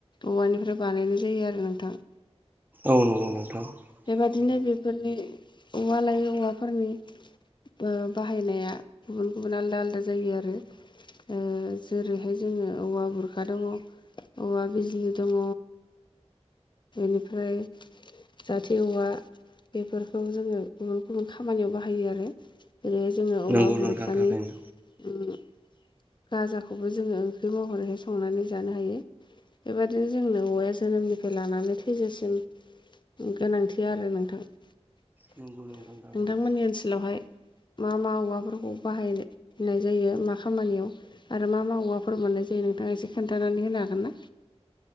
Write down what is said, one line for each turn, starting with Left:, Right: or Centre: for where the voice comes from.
Left: औवानिफ्राय बानायनाय जायो आरो नोंथां।
Right: औ नंगौ नोंथां।
Left: बेबादिनो
Right: थारैनो
Left: बेफोरनि औवा लायो औवाफोरनि ओ बाहायनाया गुबुन गुबुन आलदा आलदा जायो आरो। ओ जेरैहाय जोङो औवा बुरखा दङ औवा बिजलि दङ। बेनिफ्राय जाथि औवा बेफोरखौ जोङो गुबुन गुबुन खामानियाव बाहायो आरो। जेरै जोङो औवा
Right: नंगौ
Left: बुरखानि
Right: नोंथां थारैनो
Left: उम गाजाखौबो जोङो ओंख्रि महरैहाय संनानै जानो हायो। बेबायदिनो जोंनो औवाया जोनोमनिफ्राय लानानै थैजासिम गोनांथि आरो नोंथां नोंथांमोननि
Right: नंगौ नोंथां थारैनो।
Left: ओनसोलावहाय। मा मा औवाफोरखौ बाहायनाय जायो मा खामानियाव। आरो मा मा औवाफोर मोननाय जायो नोंथाङा एसे खोन्थानानै होनो हागोन ना?